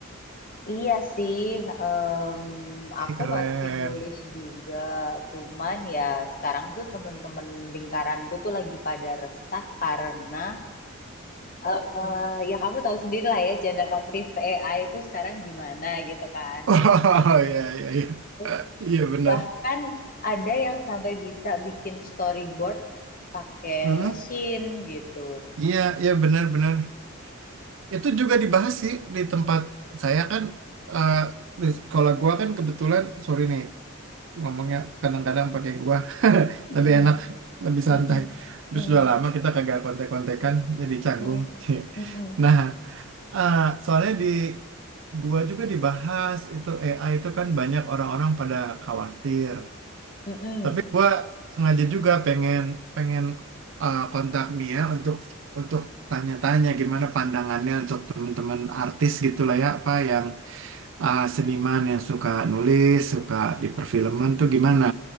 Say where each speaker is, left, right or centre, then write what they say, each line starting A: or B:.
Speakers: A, on the left; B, on the right.
A: Iya sih, em, aku
B: Ih, keren
A: masih nulis juga. Cuman ya sekarang tuh temen-temen lingkaranku tuh lagi pada resah karena Eh, ya kamu tahu sendiri lah ya generatif AI itu sekarang gimana gitu kan
B: Oh
A: berkembang.
B: <laughs> iya iya iya.
A: Terus
B: Eh, Iya benar.
A: Bahkan ada yang sampai bisa bikin storyboard pakai
B: Hmm,
A: mesin gitu.
B: Iya iya benar-benar. Itu juga dibahas sih di tempat saya kan eh, di sekolah gua kan kebetulan sorry nih ngomongnya kadang-kadang pakai gua <laughs>
A: Mm-mm,
B: lebih enak lebih
A: mm-mm,
B: santai. Terus
A: mm-mm,
B: sudah lama kita kagak kontek-kontekan jadi canggung.
A: mm-mm,
B: <laughs>
A: mm-mm,
B: Nah eh, soalnya di gua juga dibahas itu AI itu kan banyak orang-orang pada khawatir.
A: mm-mm.
B: Tapi gue sengaja juga pengen pengen uh, kontak Mia untuk untuk tanya-tanya gimana pandangannya untuk teman-teman artis gitulah ya apa yang uh, seniman yang suka nulis, suka di perfilman tuh gimana?